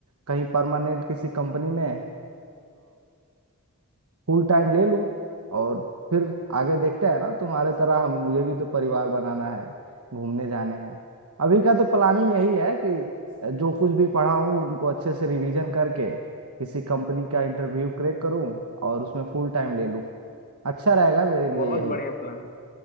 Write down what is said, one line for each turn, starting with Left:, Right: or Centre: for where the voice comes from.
Right: कहीं परमानेंट किसी कंपनी में फुल टाइम ले लूं और फिर आगे देखते हैं ना तुम्हारे तरह हम मुझे भी तो परिवार बनाना है घूमने जाने हैं अभी का तो प्लानिंग यही है कि जो कुछ भी पढ़ा हूँ उनको अच्छे से रिवीजन करके किसी कंपनी का इंटरव्यू क्रैक करूँ और उसमें फुल टाइम ले लूं अच्छा रहेगा मेरे लिए
Left: बहुत
Right: यही
Left: बढ़िया प्लान